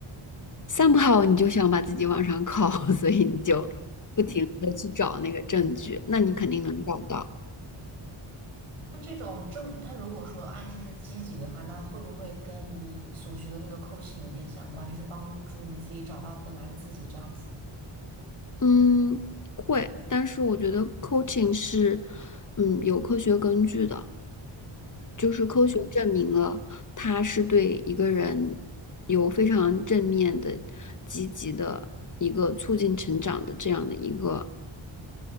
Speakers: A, on the left; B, on the right.
A: somehow 你就想把自己往上靠，<laughs> 所以你就不停的去找那个证据，那你肯定能找到。
B: 它这种正，它如果说暗示是积极的话，那会不会跟你所学的那个 coaching 有点相关，就是帮助你自己找到本来的自己这样子？
A: 嗯，会，但是我觉得 coaching 是嗯有科学根据的，就是科学证明了它是对一个人有非常正面的、
B: 嗯
A: 积极的一个促进成长的这样的一个